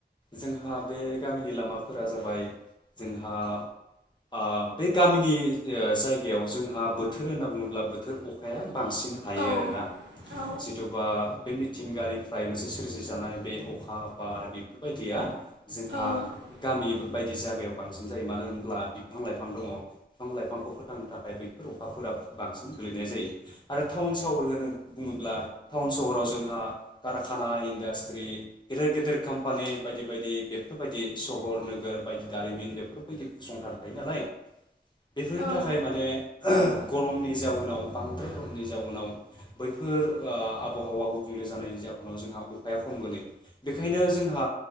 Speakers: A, on the left (about 25°); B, on the right (about 80°).
A: जोंहा बे गामिनि लामाफोरा जाबाय जोंहा आ बे गामिनि जायगायाव जोंहा बोथोर होनना बुङोब्ला बोथोर अखाया बांसिन हायो
B: औ
A: आरोना
B: औ
A: जिथुबा बे मिथिंगानिफ्राय मोनसे सोरजिजानाय बे अखा बार बेफोरबायदिया जोंहा
B: औ
A: गामिबो बायदि जायगायाव बांसिन जायो मानो होनब्ला बिफां लाइफां दङ बिफां लाइफांखौ फोथांनो थाखाय बैफोर अखाफोरा बांसिन गोलैनाय जायो। आरो टाउन सहर होनो बुङोब्ला टाउन सहराव जोंहा कारखाना इन्डास्ट्रि गेदेर गे देर कम्पानि बायदि बायदि बेफोरबायदि सहर नोगोर बायदि दारिमिन बेफोरबायदि फसंथान थायो नालाय। बेफोरनि
B: औ
A: थाखाय माने गरमनि जाउनाव बांद्राय गरमनि जाउनाव बैफोर ओ आबहावा गुबुंले जानायनि जाउनाव जोंहा अखाया खम गोलैयो। बेखायनो जोंहा